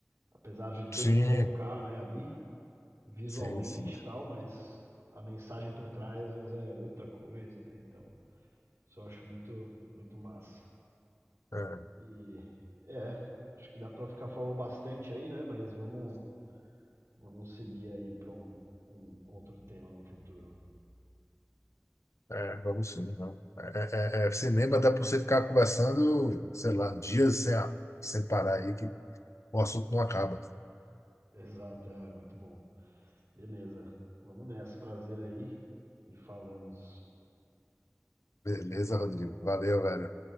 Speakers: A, on the right (about 70°); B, on the left (about 65°).
A: apesar de ter
B: Sim,
A: que colocar, né, ali. visualmente
B: sim, sim.
A: e tal, mas a mensagem por trás às vezes é outra coisa, né? Então, isso eu acho muito, muito massa.
B: É,
A: E é, acho que dá pra ficar falando bastante aí, né? Mas vamos, vamos seguir aí pra um, um outro tema no futuro.
B: é, vamos sim, não. É, é, é, cinema dá para você ficar conversando, sei lá, dias sem, a- sem parar aí, que o assunto não acaba.
A: Exato, é muito bom. Beleza, vamos nessa, prazer aí e falamos.
B: Beleza, Rodrigo?
A: Valeu.
B: Valeu, velho.